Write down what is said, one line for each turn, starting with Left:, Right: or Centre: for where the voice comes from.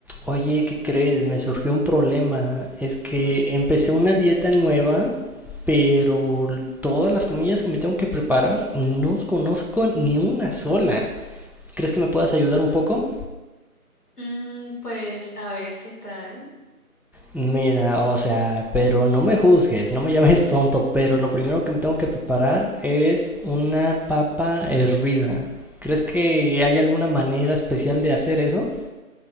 Centre: Oye, ¿qué crees? Me surgió un problema. Es que empecé una dieta nueva, pero todas las comidas que me tengo que preparar, no conozco ni una sola. ¿Crees que me puedas ayudar un poco?
Left: Mm, pues a ver qué tal.
Centre: Mira, o sea, pero no me juzgues, no me llames tonto, pero lo primero que me tengo que preparar es una papa hervida. ¿Crees que hay alguna manera especial de hacer eso?